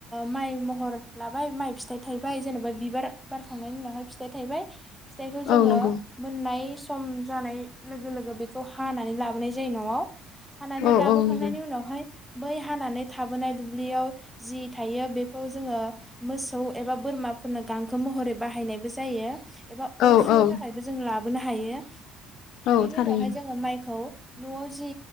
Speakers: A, in the centre; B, on the left.
A: माइ महर लाबाय माइ फिथाइ थायबाय जेन'बा बिबार बारखांनायनि उनावहाय फिथाइ थायबाय। फिथाइखौ जोङो
B: औ नंगौ
A: मोननाय सम जानाय लोगो लोगो बेखौ हानानै लाबोनाय जायो न'आव। हानानै
B: औ
A: लाबोखांनायनि
B: औ नंगौ
A: उनावहाय बै हानानै थाबोनाय दुब्लियाव जि थायो बेखौ जोङो मोसौ एबा बोरमाफोरनो गांखो महरै बाहायनायबो जायो। अर
B: औ
A: सुनो
B: औ
A: थाखायबो जों लाबो बोनो हायो।
B: औ
A: बेनि
B: थारैनो
A: उनावहाय जोङो माइखौ न'आव जि